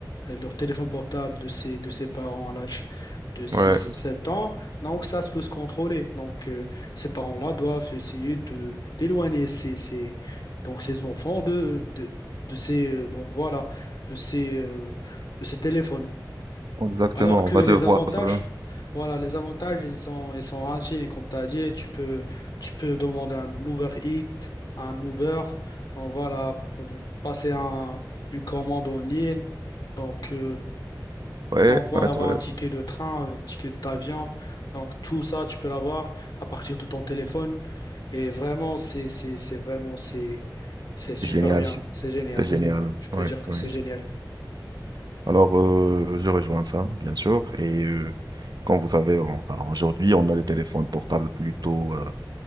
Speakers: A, on the left (about 60°); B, on the right (about 60°).
A: euh, leur téléphone portable de ses, de ses parents à l'âge de six
B: Ouais,
A: sept ans. Donc, ça se peut se contrôler. Donc, euh, ces parents-là doivent essayer de d'éloigner ces, ces- donc, ces enfants de, de, de ces, euh, donc, voilà, de ces, euh, de ces téléphones.
B: exactement.
A: Alors que
B: On va
A: les
B: devoir.
A: avantages,
B: euh,
A: voilà, les avantages, ils sont, ils sont infinis. Comme tu as dit, tu peux, tu peux demander un Uber Eats, un Uber, on voilà, passer un, une commande en ligne. Donc, euh,
B: Ouais,
A: donc voilà,
B: ouais,
A: avoir
B: ouais.
A: un ticket de train, un ticket d'avion. Donc tout ça, tu peux l'avoir à partir de ton téléphone. Et vraiment, c'est, c'est, c'est vraiment, c'est, c'est super
B: C'est génial.
A: bien.
B: C'est
A: C'est génial,
B: génial.
A: oui. Je peux
B: Ouais,
A: dire que
B: ouais.
A: c'est génial.
B: Alors, euh, je rejoins ça, bien sûr. Et euh, comme vous savez, on- enfin, aujourd'hui, on a des téléphones portables plutôt, euh,